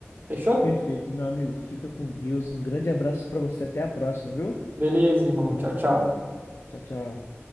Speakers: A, on the right (about 45°); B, on the left (about 65°).
A: Fechou?
B: Perfeito, meu amigo. Fica com Deus. Um grande abraço pra você. Até a próxima, viu?
A: Beleza, irmão. Tchau, tchau.
B: Tchau, tchau.